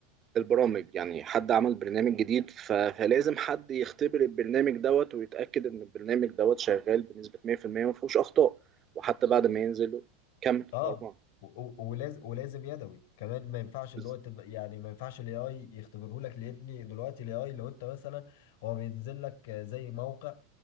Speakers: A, on the right (about 25°); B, on the left (about 70°).
A: البرامج يعني حد عمل برنامج جديد ف- فلازم حد يختبر البرنامج دوت ويتأكد إن البرنامج دوت شغال بنسبة 100% وما فيهوش أخطاء وحتى بعد ما ينزل كمل
B: اه
A: اه طبعا
B: ولازم ولازم يدوي كمان ما ينفعش
A: بز-
B: اللي هو تبقى يعني ما ينفعش الاي اي يختبره لك لان دلوقتي الاي اي لو انت مثلا هو بينزل لك زي موقع